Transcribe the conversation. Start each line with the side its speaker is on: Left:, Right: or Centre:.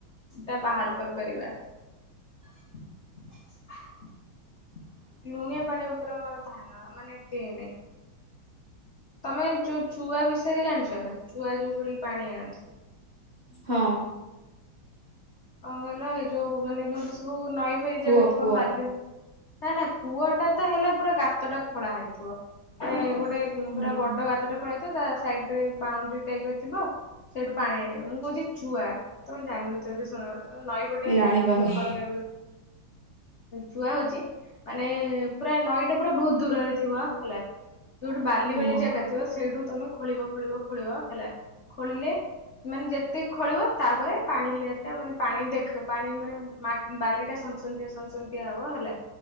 Left: ଟା ବାହାର କରିପାରିବା, <inaudible> ଲୁଣିଆ ପାଣି ଉପରେ ମୋର ଧ୍ୟାନ ମାନେ ଏତେ ଇଏ ନାହିଁ, ତମେ ଯୋଉ ଚୁଆ ବିଷୟରେ ଜାଣିଛ ନା ଚୁଆ ଯୋଉ ଖଳି ପାଣି ଆଣନ୍ତି,
Right: ହଁ,
Left: କଁ କିଲ ଏଇ ଯୋଉ ମାନେ ଯୋଉଠି ସବୁ ନଈ ଫଇ ଜାଗା
Right: କୁହ
Left: ଥିବ
Right: କୁହ
Left: ବାଲିରୁ, ନା-ନା କୂଅ ଟା ତ ହେଲା ପୁରା ଗାତଟା ଖୋଳା ହେଇଥିବ ମାନେ ଗୋଟେ,
Right: ହୁଁ
Left: ପୁରା ବଡ଼ ଗାତଟେ ଖୋଳାଇଥିବ ତା ସାଇଡ ରେ ବାଉଣ୍ଡରି ଟାଇପ ର ଥିବ, ସେଇଠୁ ପାଣି ଆଣିବ ମୁଁ କହୁଛି ଚୁଆ ତମେ ଜାଣିନ ଥିବ ସେ ଚୁଆ ତମେ ନଈ ପଟିଆ
Right: ଜାଣିପାରୁନି
Left: ଲୋକାଲରେ, ହଉ ଲେ, ଚୁଆ ହଉଛି ମାନେ ପୁରା ନଈଟା ପୁରା ବହୁତ ଦୂରରେ ଥିବ ହେଲା, ଯୋଉଠି ବାଲି-ବାଲି
Right: ହୁଁ
Left: ଜାଗା ଥିବ ସେଇଠୁ ତମେ ଖୋଳିବ-ଖୋଳିବ- ଖୋଳିବ ହେଲା, ଖୋଳିଲେ ମାନେ ଯେତେ ଖୋଳିବ ତାପରେ ପାଣି ଲେ ଟା ମାନେ ପାଣି ଦେଖ ପାଣି ମାନେ ମାଟ୍ ବାଲି ଟା ସନ୍ତସନ୍ତିଆ-ସନ୍ତସନ୍ତିଆ ହବ ହେଲା,